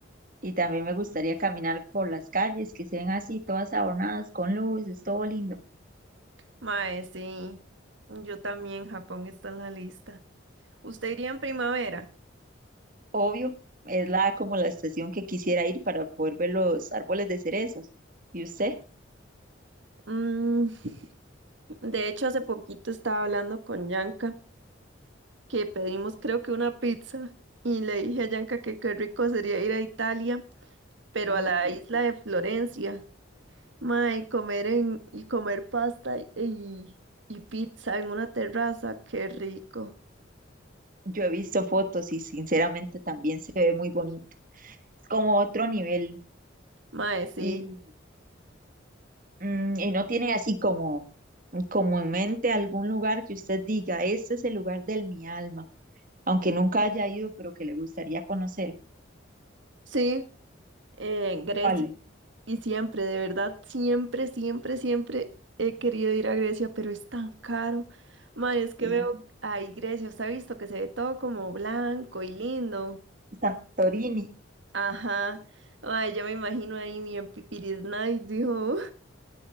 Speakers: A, on the right; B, on the right.
A: y también me gustaría caminar por las calles que se ven así, todas adornadas con luces, todo lindo.
B: Mae, sí, yo también, Japón está en la lista. ¿Usted iría en primavera?
A: Obvio, es la como la estación que quisiera ir para poder ver los árboles de cerezos. ¿Y usted?
B: Mm, de hecho, hace poquito estaba hablando con Yanka, que pedimos creo que una pizza, y le dije a Yanka que qué rico sería ir a Italia, pero
A: Uy,
B: a la isla
A: sí.
B: de Florencia. Mae, comer en, y comer pasta y, y pizza en una terraza, qué rico.
A: Yo he visto fotos y sinceramente también se ve muy bonito. Es como otro nivel.
B: Mae, sí.
A: Y Mm, y no tiene así como, como en mente algún lugar que usted diga, este es el lugar del mi alma, aunque nunca haya ido, pero que le gustaría conocer.
B: Sí, eh, Grecia.
A: ¿cuál?
B: Y siempre, de verdad, siempre, siempre, siempre he querido ir a Grecia, pero es tan caro. Mae, es que
A: Sí.
B: veo ahí Grecia, usted ha visto que se ve todo como blanco y lindo.
A: Santorini.
B: Ajá. Mae, yo me imagino ahí mi en Pipiris Night, dijo.